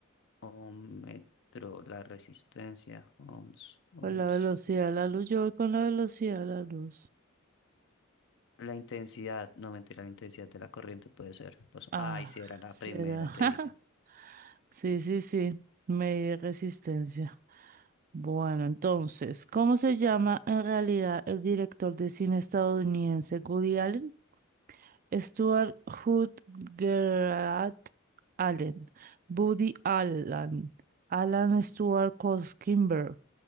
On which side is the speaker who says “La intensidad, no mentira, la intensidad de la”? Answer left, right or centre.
Left